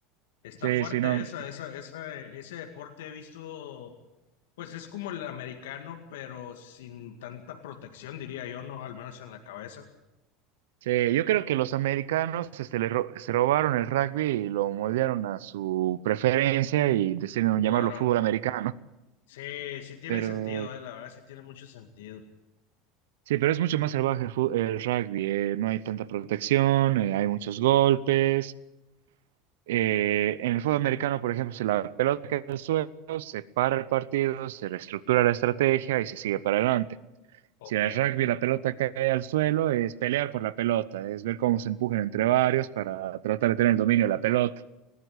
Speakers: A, on the left; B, on the right.
A: Está
B: Sí,
A: fuerte
B: sí, no.
A: esa, esa, esa, ese deporte he visto Pues es como el americano, pero sin tanta protección, diría yo, ¿no? Al menos en la cabeza.
B: Sí, yo creo que los americanos este, le ro- se robaron el rugby y lo moldearon a su preferencia y decidieron
A: Claro.
B: llamarlo fútbol americano.
A: Sí,
B: <laughs>
A: sí tiene
B: Pero
A: sentido, eh, La verdad sí tiene mucho sentido.
B: sí, pero es mucho más salvaje el, fu- el rugby. eh, no hay tanta protección, eh, hay muchos golpes. eh, en el fútbol americano, por ejemplo, si la pelota cae al suelo, se para el partido, se reestructura la estrategia y se sigue para adelante.
A: Ok.
B: Si en el rugby la pelota cae al suelo, es pelear por la pelota, es ver cómo se empujan entre varios para tratar de tener el dominio de la pelota.